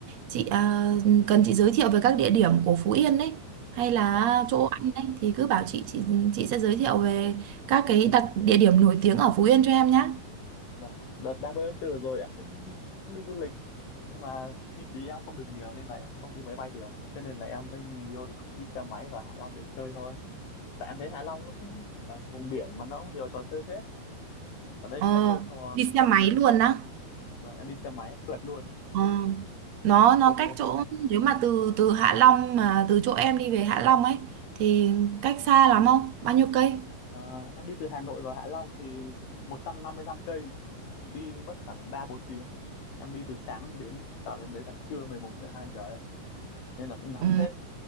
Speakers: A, on the right; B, on the left.
A: chị à, cần chị giới thiệu về các địa điểm của Phú Yên đấy hay là
B: Vâng,
A: chỗ ăn đấy thì cứ bảo chị chị chị sẽ giới thiệu về các cái đặc địa điểm nổi tiếng ở Phú Yên cho em nhé
B: vâng. Đợt 30 tháng 4 vừa rồi em cũng, cũng đi du lịch, nhưng mà chi phí em không được nhiều nên là em không đi máy bay được. Thế nên là em với người yêu thì cũng đi xe máy vào Hạ Long để chơi thôi. tại em thấy Hạ Long nó cũng ờ, vùng biển mà nó cũng nhiều trò chơi hết ở đấy
A: Ờ,
B: cũng có nhiều trò
A: đi xe máy luôn á.
B: vâng em đi xe máy phượt luôn
A: Ờ. Nó nó
B: phượt từ
A: cách chỗ nếu mà từ từ Hạ Long mà từ chỗ em đi về Hạ Long ấy thì cách xa lắm không? Bao nhiêu cây?
B: ờ, em đi từ Hà Nội vào Hạ Long thì 155 cây đi mất khoảng ba bốn tiếng em đi từ sáng đến tạo đến đấy là trưa mười một mười hai giờ đấy nên là cũng nắng
A: Ừ.
B: phết